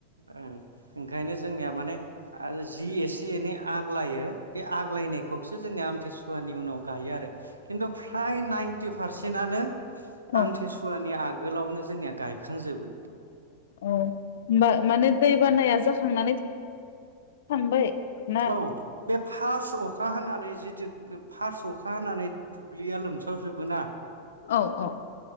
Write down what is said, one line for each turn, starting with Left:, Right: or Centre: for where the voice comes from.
Right: ओं ओंखायनो जोंनिया माने आरो जि एसे एनै आग्लायो बे आग्लायनायखौसो जोंनि आमथसुवानि उनाव गायो आरो खिन्थु फ्राय नाइनटि पारसेन्टआनो
Left: औ
Right: आमथिसुवानि आग गोलावनो जोंनिया गायखांजोबो।
Left: औ होमबा मा-माने दै बानाया जाखांनानै थांबाय ना
Right: औ बे फार्स्ट अखा होननानै जिथु फार्स्ट अखा हानानै दुब्लिया लोमसावजोबोना
Left: औ औ